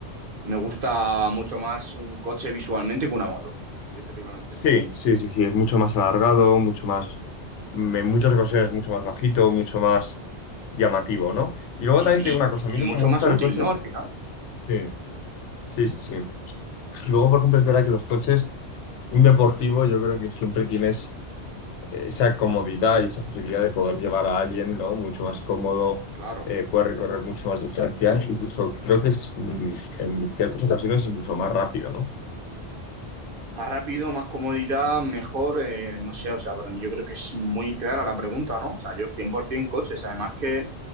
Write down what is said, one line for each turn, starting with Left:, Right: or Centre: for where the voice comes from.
Right: Me gusta mucho más un coche visualmente que una moto. Y estéticamente.
Left: Sí, sí, sí, sí, es mucho más alargado, mucho más, mm, en muchas ocasiones mucho más bajito, mucho más llamativo, ¿no? Y luego
Right: Y,
Left: también te digo una cosa, a mí
Right: y,
Left: lo
Right: y mucho
Left: que me gusta
Right: más útil,
Left: del coche
Right: ¿no?
Left: es...
Right: Al final.
Left: Sí, sí, sí, sí. Luego, por ejemplo, es verdad que los coches, un deportivo, yo creo que siempre tienes esa comodidad y esa facilidad de poder llevar a alguien, ¿no? Mucho más cómodo,
Right: Claro.
Left: eh, puedes recorrer mucho más distancias. incluso creo que es, mm, en ciertas ocasiones, incluso más rápido, no
Right: Más rápido, más comodidad, mejor, eh, no sé, o sea, para mí yo creo que es muy clara la pregunta, ¿no? O sea, yo 100% coches, además que,